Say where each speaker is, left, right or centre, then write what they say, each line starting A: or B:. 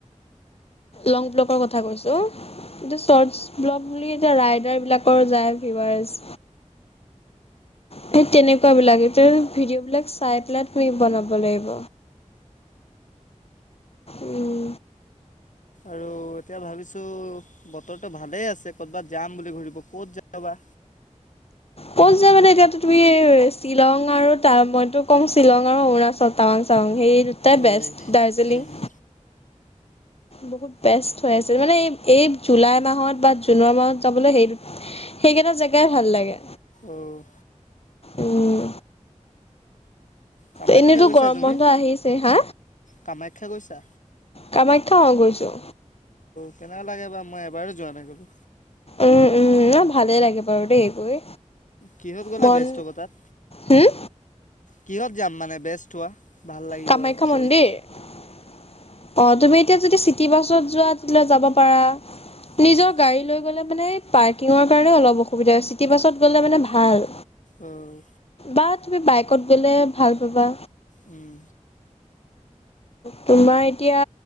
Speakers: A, on the left; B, on the left.
A: লং ব্লকৰ কথা কৈছো। এইটো চৰ্টচ ব্লগ বুলি এতিয়া ৰাইডাৰ বিলাকৰ যায় ডিভাইজ। সেই তেনেকুৱাবলাক ভিডিঅ' বিলাক চাই পেলাই তুমি বনাব লাগিব। উম।
B: আৰু এতিয়া ভাবিছো বতৰটো ভালেই আছে ক'তবাত যাম বুলি ঘূৰিব ক'ত যাও বা।
A: ক'ত যা মানে এতিয়া তুমি শ্বিলং আৰু ত মইতো কম শ্বিলং আৰু অৰুণাচল টাৱাং চাৱাং। সেই দুটাই
B: অ'
A: বেষ্ট দাৰ্জিলিং।
B: উম,
A: বহুত বেষ্ট হৈ আছে মানে এই জুলাই মাহত বা জুনৰ মাহত যাবলৈ সেই সেইকেইটা জেগাই ভাল লাগে।
B: অ'
A: উম।
B: কামাখ্যা
A: এনেইতো
B: গৈছা
A: গৰম
B: তুমি?
A: বন্ধ আহিছেই হা
B: কামাখ্যা গৈছা?
A: কামাখ্যা অ গৈছো।
B: কেনেকা লাগে বা মই এবাৰো যোৱা নাই কিন্তু।
A: উম- উম ন ভালে লাগে বাৰু দেই গৈ
B: কিহত গ'লে
A: মন
B: বেষ্ট হব তাত।
A: হম
B: কিহত যাম মানে বেষ্ট হোৱা ভাল লাগিব
A: কামাখ্যা
B: গৈ?
A: মন্দিৰ, অ', তুমি এতিয়া যদি চিটি বাছত যোৱা তেতিয়াহঁলে যাব পাৰা।
B: অ'
A: নিজৰ গাড়ী লৈ গ'লে মানে, পাৰ্কিঙৰ কাৰণে অলপ অসুবিধা হৈছে, চিটি বাছত গ'লে মানে ভাল।
B: অ'
A: বাট তুমি বাইকত গ'লে ভাল পাবা।
B: উম।
A: তোমাৰ এতিয়া